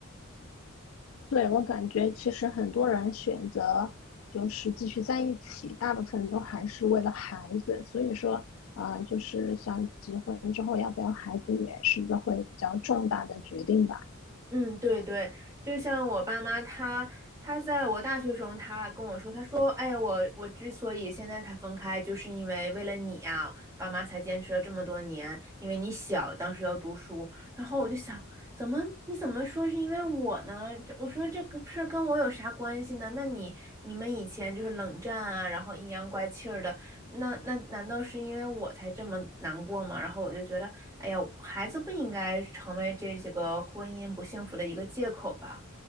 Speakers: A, on the left; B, on the right.
A: 对，我感觉其实很多人选择就是继续在一起，大部分都还是为了孩子。所以说，啊、就是想结婚之后要不要孩子，也是一个会比较重大的决定吧。
B: 嗯，对对，就像我爸妈他，他在我大学时候，他跟我说，他说，哎呀，我我之所以现在才分开，就是因为为了你呀、爸妈才坚持了这么多年，因为你小，当时要读书。然后我就想，怎么你怎么说是因为我呢？这我说这个事儿跟我有啥关系呢？那你你们以前就是冷战啊，然后阴阳怪气儿的，那那难道是因为我才这么难过吗？然后我就觉得，哎呀，孩子不应该成为这几个婚姻不幸福的一个借口吧。